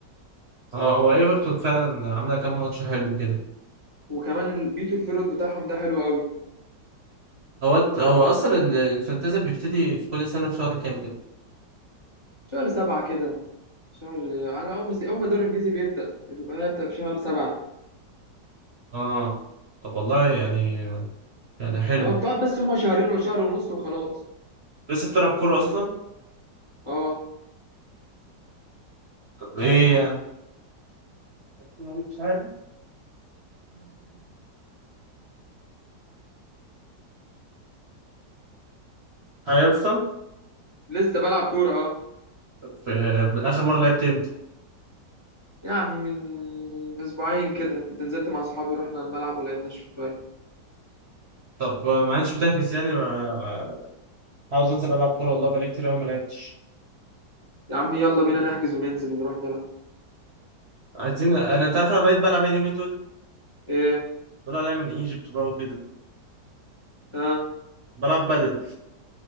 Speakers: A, on the right; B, on the left.
A: اه هو ايفرتون فعلا عامله كام ماتش حلو كده
B: وكمان ال- بيتو الفيرود بتاعهم ده حلو قوي
A: هو هو اصلا ال- الفانتازي بيبتدي في كل سنه في شهر كام كده
B: شهر سبعة كده شهر على اول ما اول ما الدوري الانجليزي بيبدأ بتبقى هي بتبقى في شهر سبعة
A: اه طب والله يعني يعني حلو
B: اه بتقعد بس هما شهرين ولا شهر ونص وخلاص
A: لسه بتلعب كوره اصلا
B: اه
A: ايه يعني ايوه يا اسطى
B: لسه بلعب كورة اه
A: في- آه، اخر مره لعبت امتى
B: يعني من اسبوعين كده كنت نزلت مع صحابي رحنا الملعب ولعبنا شوية
A: طب ما انتش بتحجز يعني ما... عاوز انزل العب كوره والله بقالي كتير قوي ما لعبتش
B: يا عم يلا بينا نحجز وننزل ونروح نلعب
A: عايزين انا تعرف انا بقيت بلعب ايه اليومين دول
B: ايه
A: دول عليا من ايجيبت بقى وكده
B: ها آه.
A: بلعب بدل